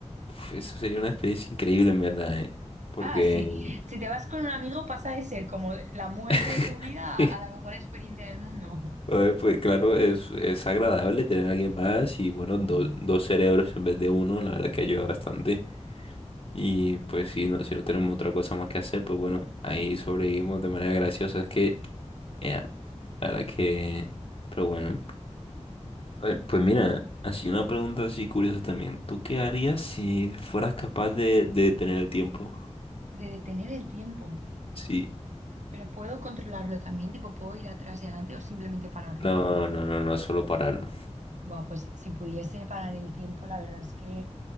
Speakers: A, on the left (about 55°); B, on the right (about 85°).
A: uf, eso sería una experiencia increíble, en verdad, ¿eh? Porque
B: Ah, sí. Si te vas con un amigo pasa de ser como la muerte
A: <laughs>
B: de tu vida a, a la mejor experiencia del mundo.
A: Joder, Pues claro, es, es agradable tener a alguien más y bueno, do-
B: Mm.
A: dos cerebros en vez de uno, la verdad que ayuda bastante. Y pues si no, si no tenemos otra cosa más que hacer, pues bueno, ahí sobrevivimos de manera graciosa. Es que, eh, la verdad que, pero bueno. Eh, Pues mira, así una pregunta así curiosa también. ¿Tú qué harías si fueras capaz de, de detener el tiempo?
B: De detener el tiempo.
A: Sí.
B: Pero puedo controlarlo también, tipo, puedo ir atrás y adelante o simplemente pararlo.
A: No, no, no, no, solo pararlo.
B: Buah, pues si pudiese parar el tiempo, la verdad es que